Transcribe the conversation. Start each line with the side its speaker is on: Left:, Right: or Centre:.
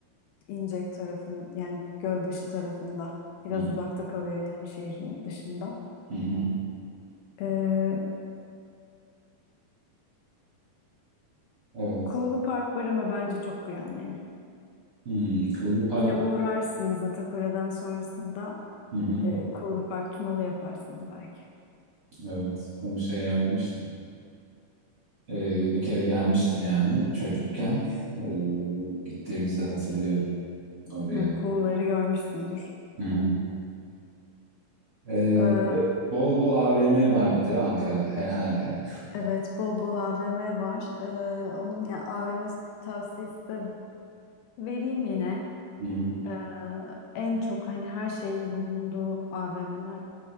Left: İncek tarafın yani Gölbaşı tarafında. Biraz
Right: Hı hı.
Left: uzakta kalıyor yani şehrin dışında.
Right: hı hı.
Left: Ee,
Right: Evet.
Left: Kuğulu Park var ama bence çok yani.
Right: Hmm. Kuğulu Park.
Left: Yine uğrarsınız Atakure'den sonrasında
Right: Hı hı.
Left: e, Kuğulu Park Tunalı yaparsınız belki.
Right: Evet. Bunu şey yapmıştım. Ee, bir kere gelmiştim yani çocukken. Ee, gittiğimizi hatırlıyorum oraya.
Left: Yani Kuğuları görmüşsündür.
Right: Hı hı. Ee,
Left: Ee,
Right: bir de bol bol AVM var bir de Ankara'da herhalde. <laughs>
Left: evet bol bol AVM var. Ee, onun ya AVM tavsiyesi de vereyim yine.
Right: Hı hı.
Left: Ee, en çok hani her şeyin bulunduğu AVM'ler